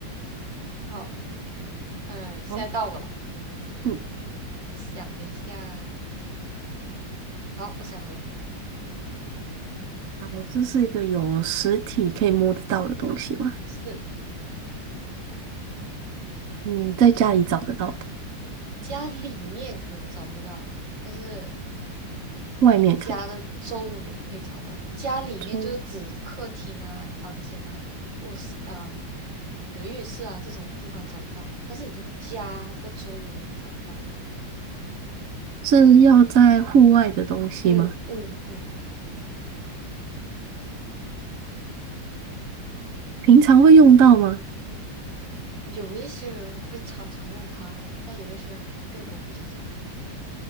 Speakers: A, on the right; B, on the right.
A: 好，嗯，现在到我了，
B: 好，嗯，
A: 我想一下，好，我想好了，
B: 好，这是一个有实体可以摸得到的东西吗？
A: 是
B: 嗯，在家里找得到的，
A: 家里面可能找不到，但是
B: 外面可以。
A: 你家的周围可以找到，家里面就是指客厅啊、
B: 中
A: 房间啊，卧室啊、你的浴室啊这种地方找不到，但是你的家的周围会找得到它。
B: 是要在户外的东西吗？
A: 嗯嗯嗯，
B: 平常会用到吗？
A: 有一些人会常常用它，但有一些人并不会常常用它，